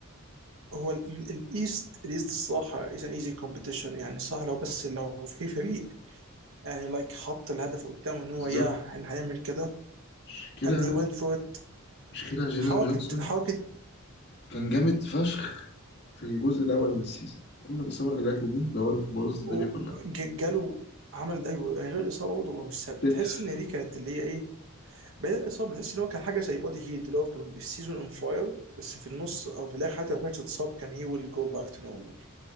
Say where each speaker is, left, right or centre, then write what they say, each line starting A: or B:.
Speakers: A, on the right; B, on the left.
A: هو ال- ال- الايست الايست الصراحه از ان ايزي كومبيتيشن يعني صح لو بس لو في فريق يعني لايك حط الهدف قدامه ان هو
B: بالظبط
A: ياه احنا هنعمل كده
B: مشكلة
A: and they went for it
B: مشكلة جيلين
A: حركة
B: جونسون
A: حركة
B: كان جامد فشخ في الجزء الأول من السيزون أما الإصابة اللي جات له دي دورت بوظت الدنيا
A: و-
B: كلها
A: ج- جاله عمل ده يعني غير الاصابه برضه هو مش سهل.
B: كتف
A: تحس ان دي كانت اللي هي ايه بعيد عن الاصابه تحس ان هو كان حاجه زي بودي هيد اللي هو كان السيزون اون فاير بس في النص او في الاخر حتى لو ما كانش اتصاب كان هي ويل جو باك تو نورمال